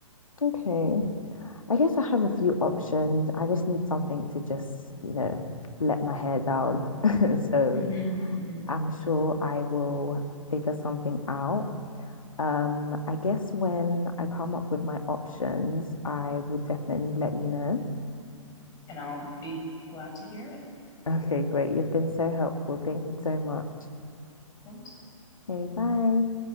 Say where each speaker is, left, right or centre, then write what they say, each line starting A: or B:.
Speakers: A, on the left; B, on the left.
A: Okay. I guess I have a few options. I just need something to just, you know, let my hair down. <laughs> So
B: Mm-hmm. Mm-hmm.
A: I'm sure I will figure something out. Um, I guess when I come up with my options, I will definitely let you know.
B: And I'll be glad to hear it,
A: Okay, great. You've been so helpful. Thank you so much.
B: of course.
A: Okay, bye.